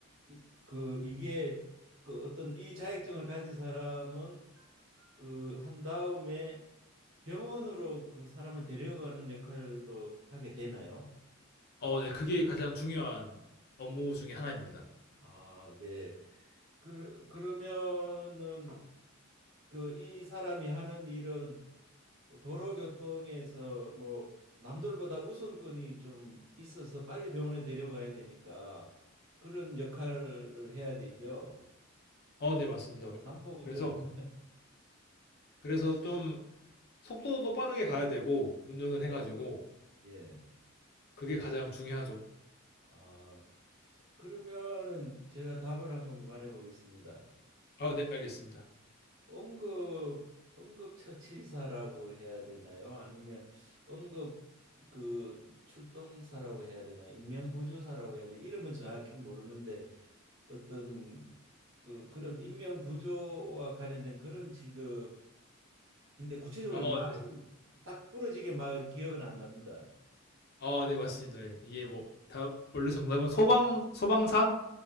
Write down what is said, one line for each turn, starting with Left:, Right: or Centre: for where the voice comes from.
Right: 이, 그 이게 그 어떤 이 자격증을 가진 사람은 그 한 다음에 병원으로 그 사람을 데려가는 역할도 하게 되나요?
Left: 어, 네, 그게 가장 중요한 업무 중에 하나입니다.
Right: 아, 네. 그, 그러면은 그 이 사람이 하는 일은 도로교통에서 뭐 남들보다 우선권이 좀 있어서 빨리 병원에 데려가야 되니까 그런 역할을 해야 되죠.
Left: 어 네 맞습니다.
Right: 난폭운전을
Left: 그래서 그래서 좀 속도도 빠르게 가야 되고 운전을
Right: 네.
Left: 해 가지고
Right: 예.
Left: 그게 가장 중요하죠.
Right: 아, 그러면은 제가 답을 한번 말해 보겠습니다.
Left: 아 네 알겠습니다.
Right: 응급 응급처치사라고 해야 되나요? 아니면 응급 그 출동사라고 해야 되나? 인명구조사라고 해야 되나? 이름은 정확히 모르는데 어떤 그 그런 인명구조와 관련된 그런 직업인데 구체적으로
Left: 아
Right: 말이
Left: 네.
Right: 딱 부러지게 막 기억은 안 납니다.
Left: 아 네 맞습니다. 예. 이게 뭐 다 원래 정답은 소방 소방사,